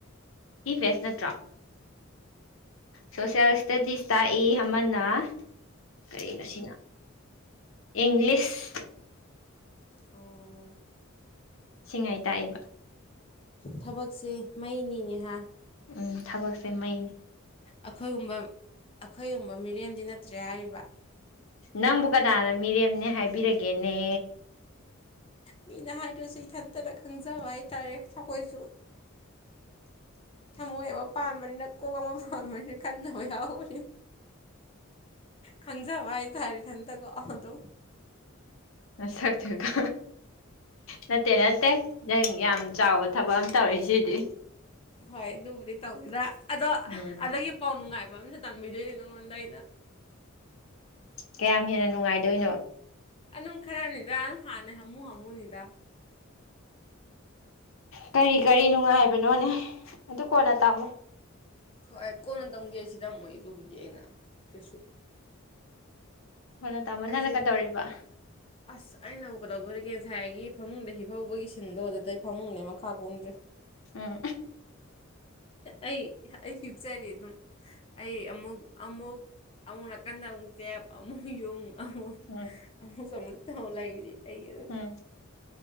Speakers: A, on the left; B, on the left.
A: ꯏꯚꯁ ꯅꯠꯇ꯭ꯔꯣ ꯁꯣꯁꯦꯜ ꯏꯁꯇꯗꯤꯁ ꯇꯥꯛꯏ ꯑꯃꯅ ꯀꯔꯤꯅꯣ ꯁꯤꯅ ꯏꯪꯂꯤꯁ
B: ꯑꯣ
A: ꯁꯤꯡꯉꯥꯏ ꯇꯥꯛꯏꯦꯕ
B: ꯊꯕꯛꯁꯦ ꯃꯩꯅꯤꯅꯦꯍꯥ
A: ꯎꯝ ꯊꯕꯛꯁꯦ ꯃꯩꯅꯦ
B: ꯑꯩꯈꯣꯏꯒꯨꯝꯕ ꯑꯩꯈꯣꯏꯒꯨꯝꯕ ꯃꯤꯔꯦꯝꯗꯤ ꯅꯠꯇ꯭ꯔꯦ ꯍꯥꯏꯔꯤꯕ
A: ꯅꯪꯕꯨ ꯀꯗꯥꯅ ꯃꯤꯔꯦꯝꯅꯦ ꯍꯥꯏꯕꯤꯔꯒꯦꯅꯦ
B: ꯃꯤꯅ ꯍꯥꯏꯗ꯭ꯔꯁꯨ ꯏꯊꯟꯇꯅ ꯈꯪꯖꯕ ꯍꯥꯏ ꯇꯔꯦ ꯊꯀꯣꯏꯁꯨ ꯊꯝꯃꯣꯏ ꯑꯃ ꯄꯥꯟꯕꯅꯤꯅ ꯀꯣꯛ ꯑꯃ ꯄꯥꯟꯕꯥꯝꯕꯅꯤꯅ ꯀꯟꯅ ꯍ ꯌꯥꯎ <unintelligible> ꯈꯪꯖꯕ ꯍꯥꯏꯇꯥꯔꯤꯊꯟꯇꯀꯣ ꯑꯗꯨꯝ
A: ꯑꯁꯥꯛꯇꯕꯒ ꯅꯠꯇꯦ ꯅꯠꯇꯦ ꯅꯪ ꯌꯥꯝ ꯆꯥꯎꯕ ꯊꯕꯛ ꯑꯃ ꯇꯧꯔꯦ ꯁꯤꯗꯤ
B: ꯍꯣꯏ ꯑꯗꯨꯕꯨꯗꯤ ꯇꯧꯁꯤꯗ ꯑꯗꯣ
A: ꯎꯝ
B: ꯑꯗꯨꯗꯒꯤ ꯄꯥꯎ ꯅꯨꯡꯉꯥꯏꯕ ꯃ ꯑꯃꯁ ꯇꯝꯕꯤꯗꯣꯏꯅꯦ ꯅꯉꯣꯟꯗ ꯑꯩꯅ
A: ꯀꯌꯥꯝ ꯍꯦꯟꯅ ꯅꯨꯡꯉꯥꯏꯗꯣꯏꯅꯣ
B: ꯑꯗꯨꯝ ꯈꯔꯅꯤꯗ ꯍꯥꯟꯅ ꯍꯥꯃꯨ ꯍꯥꯃꯨꯅꯤꯗ
A: ꯀꯔꯤ ꯀꯔꯤ ꯅꯨꯡꯉꯥꯏꯕꯅꯣꯅꯦ ꯑꯗꯨ ꯀꯣꯟꯅ ꯇꯥꯃꯣ
B: ꯍꯣꯏ ꯀꯣꯟꯅ ꯇꯝꯒꯦ ꯁꯤ ꯇꯝꯃꯣꯏ ꯑꯗꯨꯕꯨꯗꯤ ꯑꯩꯅ ꯀꯩꯁꯨ
A: ꯍꯣꯅ ꯇꯥꯃꯣ
B: ꯑꯩꯁꯦ
A: ꯅꯅ ꯀꯗꯧꯔꯤꯕ
B: ꯑꯁ ꯑꯩꯅꯕꯨ ꯀꯩꯗꯧꯗꯣꯔꯤꯒꯦ ꯉꯁꯥꯏꯒꯤ ꯐꯃꯨꯡꯗ ꯍꯤꯐꯧꯕꯒꯤ ꯁꯤꯟꯗꯣ ꯑꯗꯨꯗꯩ ꯐꯃꯨꯡꯗꯩ ꯃꯈꯥ ꯀꯨꯝꯝꯗ꯭ꯔꯦ
A: ꯎꯝ
B: ꯑꯩ ꯑꯆꯔꯤ ꯑꯗꯨꯝ ꯑꯩ ꯑꯃꯨꯛ ꯑꯃꯨꯛ ꯑꯃꯨꯛ ꯅꯥꯀꯟꯗ ꯑꯃꯨꯛꯛꯇꯦ ꯑꯃꯌꯨꯡ ꯑ
A: ꯎꯝ
B: ꯑꯃꯨ ꯁꯝ ꯊꯧ ꯂꯔꯤ ꯑꯩ ꯑꯗꯨ
A: ꯎꯝ